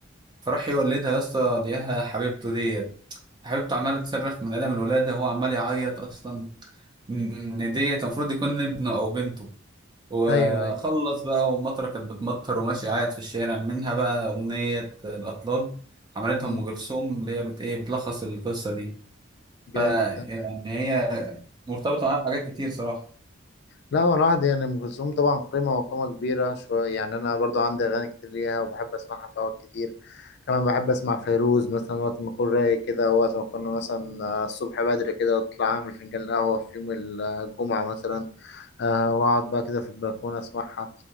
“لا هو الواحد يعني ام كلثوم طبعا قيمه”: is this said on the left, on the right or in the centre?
Left